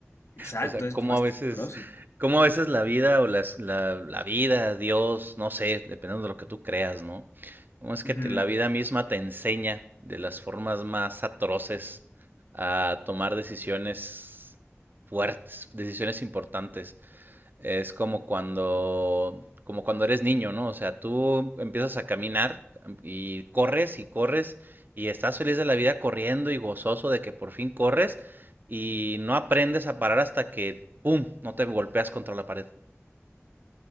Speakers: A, on the left; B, on the right.
A: Exacto,
B: O sea,
A: es
B: cómo
A: bastante
B: a veces,
A: doloroso.
B: cómo a veces la vida o las, la, la vida, Dios, no sé, dependiendo de lo que tú creas, ¿no? Cómo es que
A: Ujú,
B: te- la vida misma te enseña de las formas más atroces a tomar decisiones fuertes, decisiones importantes. Es como cuando, como cuando eres niño, ¿no? O sea, tú empiezas a caminar em, y corres y corres y estás feliz de la vida corriendo y gozoso de que por fin corres y no aprendes a parar hasta que, ¡pum!, no te golpeas contra la pared,